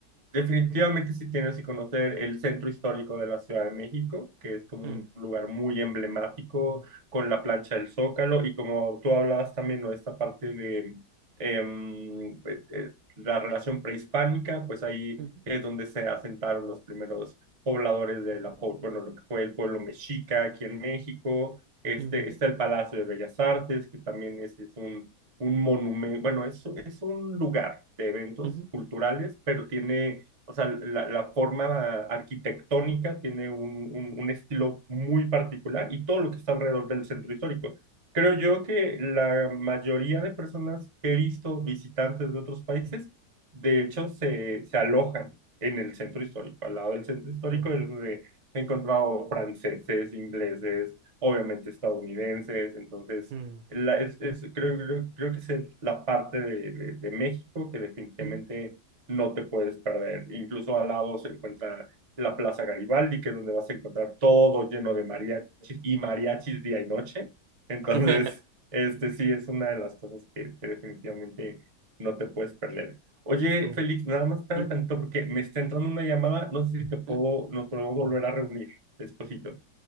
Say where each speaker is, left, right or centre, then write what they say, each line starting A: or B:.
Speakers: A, on the right; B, on the right.
A: Definitivamente sí tienes que conocer el centro histórico de la Ciudad de México, que es como
B: Mm,
A: un lugar muy emblemático con la plancha del Zócalo y como tú hablabas también no esta parte de em, eh, eh, la relación prehispánica, pues ahí
B: ujú,
A: es donde se asentaron los primeros pobladores de la, po- bueno, lo que fue el pueblo mexica aquí en México. Este,
B: ujú,
A: está el Palacio de Bellas Artes, que también es, es un, un monumento, bueno, es, es un lugar de eventos
B: ujú,
A: culturales, pero tiene o sea, la, la forma arquitectónica tiene un, un- un estilo muy particular y todo lo que está alrededor del centro histórico. Creo yo que la mayoría de personas que he visto visitantes de otros países, de hecho, se, se alojan en el centro histórico. Al lado del centro histórico
B: ujú,
A: es donde he encontrado franceses, ingleses, obviamente estadounidenses, entonces
B: ujú,
A: la- es, es- creo, creo, creo que esa es la parte de, de- de México que definitivamente
B: ujú. ujú.
A: no te puedes perder. Incluso al lado se encuentra la Plaza Garibaldi, que es donde vas a encontrar todo lleno de mariachis y mariachis día y noche. Entonces,
B: <laughs>
A: este sí es una de las cosas que, que definitivamente no te puedes perder. Oye,
B: Mm,
A: Félix, nada más espérame
B: mm,
A: tantito porque me está entrando una llamada. No sé si te puedo,
B: mm.
A: nos podemos volver a reunir despuesito.